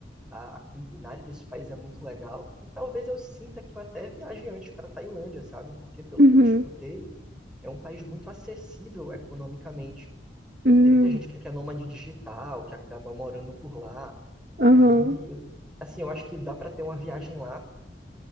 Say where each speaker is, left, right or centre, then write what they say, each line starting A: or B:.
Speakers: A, in the centre; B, on the right.
A: a, a culinária desse país é muito legal. E talvez eu sinta que eu até viaje antes para Tailândia, sabe? Porque, pelo
B: uhum,
A: que eu escutei, é um país muito acessível economicamente. E
B: uhum,
A: tem muita gente que é nômade digital, que acaba morando por lá.
B: uhum,
A: E eu, assim, eu acho que dá para ter uma viagem lá